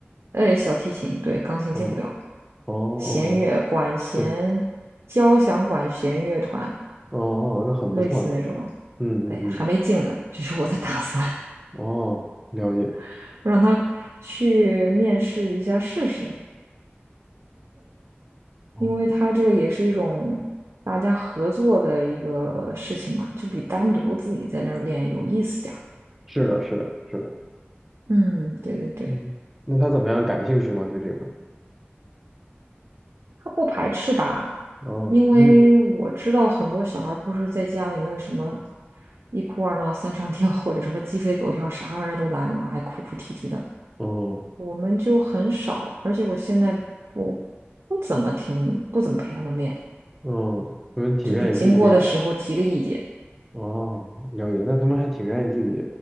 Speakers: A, on the right; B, in the centre.
A: 呃小提琴，对，钢琴进不了，
B: 哦，哦哦哦，
A: 弦乐管弦交响管弦乐团
B: 对，哦哦，那很不错呢。
A: 类似那种。
B: 嗯嗯嗯，
A: 哎，还没进呢，这是我的 <laughs> 打算，
B: 哦，了解。
A: <laughs> 我让她去面试一下试试。
B: 哦，
A: 因为它这个也是一种大家合作的一个事情嘛，就比单独自己在那儿练有意思点儿。
B: 是的，是的，是的。
A: 嗯，对对对，
B: 嗯，那他怎么样？感兴趣吗？对这块？
A: 他不排斥吧？
B: 哦，
A: 因为我知道很多小孩儿不是在家里那个什么
B: 那
A: 一哭二闹三上吊，或者什么鸡飞狗跳，啥玩意儿都来了嘛，还哭哭啼啼的。
B: 哦
A: 我们就很少，而且我现在不不怎么听，不怎么陪他们练，
B: 哦，他们挺愿意自己练的。
A: 就是经过的时候提个意见。
B: 哦，了解。那他们还挺愿意自己